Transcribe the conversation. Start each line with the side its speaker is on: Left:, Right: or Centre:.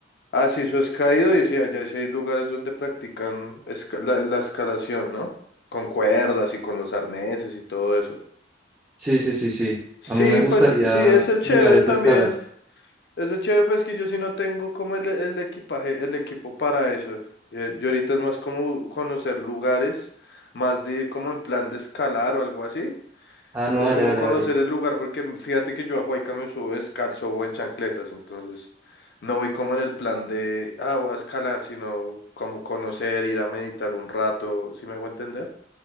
Left: Ah, sí, eso es caído y sí, allá sí hay lugares donde practican esca- la, la escalación, ¿no? Con cuerdas y con los arneses y todo eso.
Right: Sí, sí, sí, sí.
Left: Sí,
Right: A mí me gustaría
Left: pues sí, eso es chévere
Right: lugares
Left: también.
Right: de escala.
Left: Eso es chévere, pues que yo sí no tengo como el, el equipaje, el equipo para eso. Yo, yo ahorita es más como conocer lugares, más de ir como en plan de escalar o algo así
Right: Ah, no,
Left: Es
Right: dale,
Left: como
Right: dale,
Left: conocer
Right: dale.
Left: el lugar, porque fíjate que yo a Huayca me subo descalzo o en chancletas, entonces no voy como en el plan de, ah, voy a escalar, sino como conocer, ir a meditar un rato, ¿sí me hago entender?